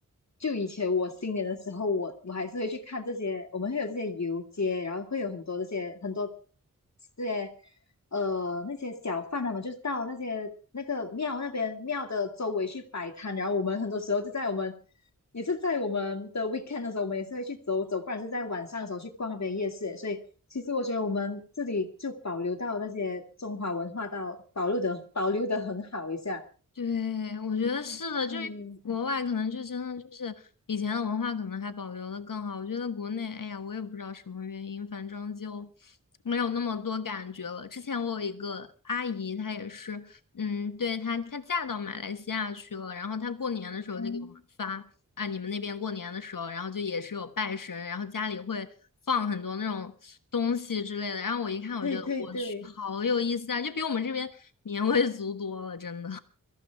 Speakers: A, on the left; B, on the left.
A: 就以前我新年的时候，我我还是会去看这些，我们会有这些游街，然后会有很多这些很多这些呃那些小贩他们就是到那些那个庙那边庙的周围去摆摊，然后我们很多时候就在我们也是在我们的 weekend 的时候，我们也是会去走走，不然是在晚上的时候去逛那边夜市，所以。其实我觉得我们这里就保留到那些中华文化到保留的保留的很好一下，
B: 对，我觉得是的，
A: 对
B: 就是国外可能就真的就是以前的文化可能还保留的更好。我觉得国内，哎呀，我也不知道什么原因，反正就没有那么多感觉了。之前我有一个阿姨，她也是，嗯，对，她她嫁到马来西亚去了，然后她过年的时候就给我们发啊，
A: 嗯，
B: 你们那边过年的时候，然后就也是有拜神，然后家里会放很多那种东西之类的。然后我一看，我觉得我去，
A: 对对对，
B: 好有意思啊，就比我们这边年味足多了，真的。